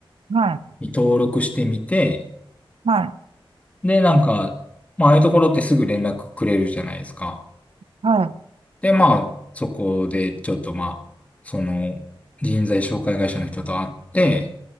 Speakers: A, on the right; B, on the left.
A: い、
B: に登録してみて、
A: はい、
B: で、なんか、まあ、ああいうところってすぐ連絡くれるじゃないですか。
A: はい、
B: で、まあ、そこでちょっとまあ、その人材紹介会社の人と会って、